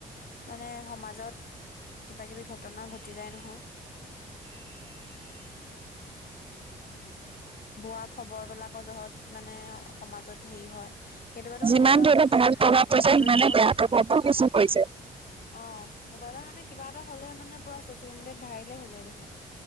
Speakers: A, on the left; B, on the right.
A: মানে সমাজত কিবা কিবি ঘটনা ঘটি যায় নহয়। ভুৱা খৱৰ বিলাকৰ যহত মানে সমাজত হেৰি হয়। কেতিয়াবাতো
B: যিমান
A: মোবাইলত
B: ধৰি লক ভাল প্ৰভাৱ পৰিছে
A: বাতৰি
B: সিমানে
A: কাকতো
B: বেয়াৰ প্ৰভাৱটো বেছি পৰিছে।
A: অ' মো'বাইলৰ মানে কিবা এটা হলে মানে পুৰা ছচিয়েল মিডিয়াত ভাইৰেলে হৈ যায় দেখোন।